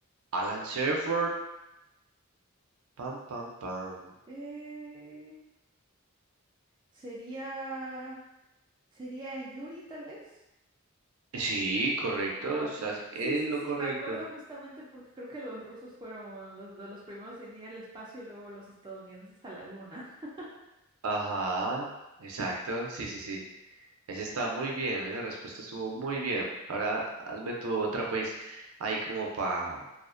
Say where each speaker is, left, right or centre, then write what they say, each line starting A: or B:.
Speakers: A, on the right; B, on the right.
A: Alan Shepard, pam, pam, pam.
B: Eh, sería. ¿Sería Yuri, tal vez?
A: Sí, correcto,
B: Ah,
A: estás
B: ok.
A: en
B: Sí, sí,
A: lo
B: sí,
A: correcto.
B: me acuerdo justamente porque creo que los rusos fueron los, de los primeros en ir al espacio y luego los estadounidenses a la luna. <laughs>
A: Ajá, exacto, sí, sí, sí. Ese está muy bien, esa respuesta estuvo muy bien. Ahora hazme tu otra, pues, ahí como para pa